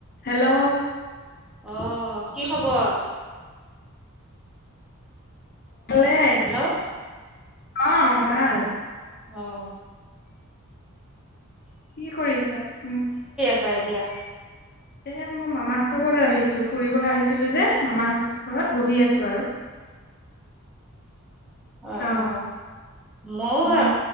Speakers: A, on the left (about 45°); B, in the centre.
A: Hello
B: অ' কি খবৰ?
A: ভলে
B: হেল্ল'
A: অ' ভাল।
B: অ'।
A: কি কৰি আছা? উম।
B: াইলিয়া।
A: এ মই মামাহঁতৰ ঘৰত আহিছো ফুৰিব আহিছিলো যে মামাহতৰ ঘৰত বহি আছো আৰু।
B: হয়
A: অ
B: আ মইাৰ
A: অ